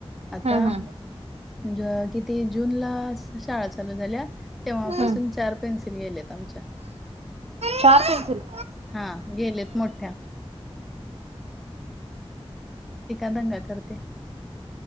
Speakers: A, in the centre; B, on the right (about 85°).
A: आता
B: हम्म हम्म हम्म
A: ज किती जून ला शाळा चालू झाल्या, तेव्हापासून
B: हम्म
A: चार पेन्सि नेलेत आमच्या.
B: चार पेन्सिल.
A: हा गेलेत मोठ्या. ते का दंगा करतय.